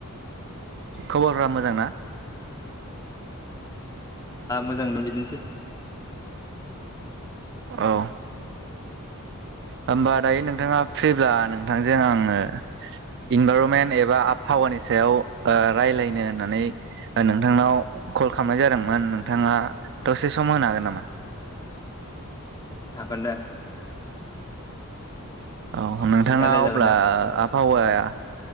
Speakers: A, on the right; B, on the left.
A: खबरफ्रा मोजां ना?
B: मोजां ना बिदिनोसै।
A: औ। होमबा दायो नोंथाङा फ्रिब्ला नोंथांजों आङो इनभाइरनमेन्ट एबा आबहावानि सायाव रायलायनो होननानै नोंथांनाव कल खालामनाय जादोंमोन नोंथाङा दसे सम होनो हागोन नामा?
B: हागोन दे।
A: औ नोंथाङा
B: रायलायजागोन
A: अब्ला
B: दे
A: आबहावाया